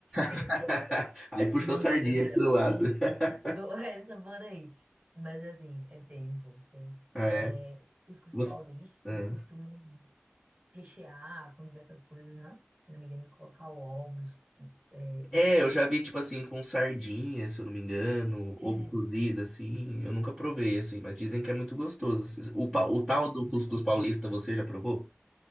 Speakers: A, on the right; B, on the left.
A: <laughs>
B: <laughs> Aí puxou
A: O Nordeste
B: a sardinha
A: é melhor.
B: pro seu lado. <laughs>
A: Bom, <laughs> Essa bora aí. Mas assim, é tempo, tem.
B: Ah,
A: É,
B: é?
A: os cuscuz
B: Você...
A: paulistas
B: Ah.
A: eles costumam rechear com diversas coisas, né? Se eu não me engano, colocar ovos é,
B: É,
A: entre
B: eu
A: o
B: já
A: cuscuz.
B: vi, tipo assim, com sardinha, se eu não me engano,
A: É,
B: ovo cozido, assim. Eu nunca provei, assim, mas dizem que é muito gostoso. Assim. O, pa- o tal
A: é,
B: do
A: gostoso.
B: cuscuz paulista, você já provou?